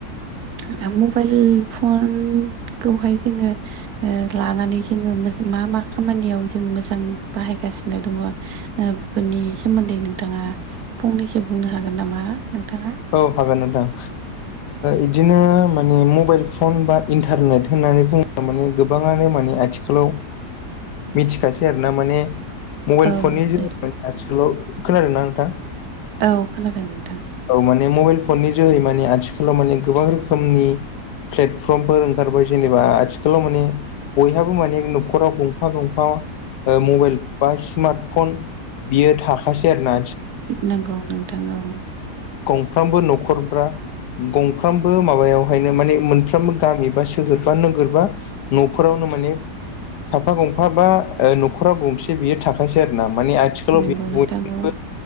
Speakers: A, on the right (about 70°); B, on the left (about 80°).
A: दा मबाइल फनखौहाय जोंङो ओ लानानै जोङो मा मा खामानियाव जों मोजां बाहायगासिनो दङ? बेफोरनि सोमोन्दै नोंथाङा फंनैसो बुंनो हागोन नामा नोंथाङा।
B: औ हागोन नोंथां। इदिनो माने मबाइल फन बा इन्टारनेट होननानै बुङो ओम गोबाङानो माने आथिखालाव मिथिखासै आरोना माने मबाइल
A: औ
B: फननि जोहोयै
A: नोंथां
B: आथिखालाव खोनादों ना नोंथां?
A: औ खोनादों नोंथां।
B: औ माने मबाइल फननि जोहै माने आथिखालाव माने गोबां रोखोमनि प्लेटफर्मफोर ओंखारबाय जेनेबा आथिखालाव माने बयहाबो माने न'खराव गंफा गंफा मबाइल बा स्मार्टफन बियो थाखासै आरो ना
A: नंगौ नोंथां औ
B: गंफ्रामबो न'खरफ्रा गंफ्रामबो माबायावहायनो माने मोनफ्रोमबो गामि बा सोहोर बा नोगोर बा न'फोरावनो माने साफा गंफा बा न'खराव गंसे बियो थाखायसै आरो ना माने आथिखाल
A: नंगौ
B: <unintelligible> बयनिख्रुबो
A: नोंथां औ